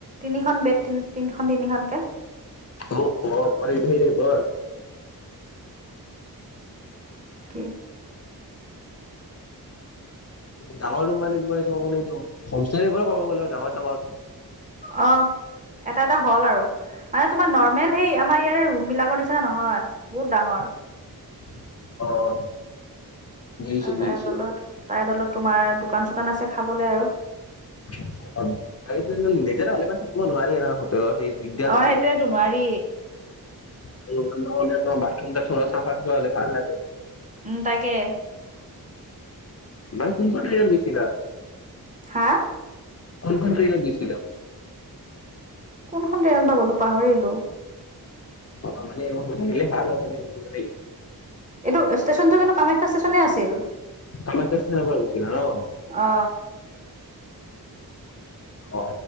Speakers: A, on the right; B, on the left.
A: তিনিখন বেত তি তিনিখন তিনিখনকে।
B: মত মৰি থাই ৰ ঘ
A: কি?
B: ডাঙৰ ৰুম মানে কি কমাবটো হম কাব গ ডাঙৰ-ডাঙৰ
A: আহ, এটা এটা হল আৰু মানে তোমাৰ নৰ্মেল সেই আমাৰ ইয়াৰে ৰুম বিলাকৰ নিচিনা নহয় বহুত ডাঙৰ
B: <inaudible> অ, বুজিছো
A: আহ
B: বুজিছো
A: তাই তলত তাইৰ তলত তোমাৰ দোকান-চোকান আছে খাবলে আৰু
B: তি সেই হলে ইমান লেতেৰা থাকিব নোৱাৰে ন তলৰ সেই দিগদাৰ
A: অ
B: এইবিলাক
A: সেইটোয়েতো নোৱাৰি
B: তোমাৰ বাথৰুমটা চাফা হ'লে ভাল লাগে।
A: উম, তাকে
B: বাই কোনখন তালান গৈছিলা?
A: হা,
B: কোন খন ট্ৰেইনত গৈছিলো?
A: কোনখন ষ্টেইনত গ'লো পাহৰিলো?
B: অ, মানে ম লাকিলে ভাল মানে ম স
A: এইটো ষ্টেচনটো কিন্তু কামাখ্যা ষ্টেচনে আছিল।
B: কামাখ্যা ষ্টেনে <unintelligible>
A: অ
B: অ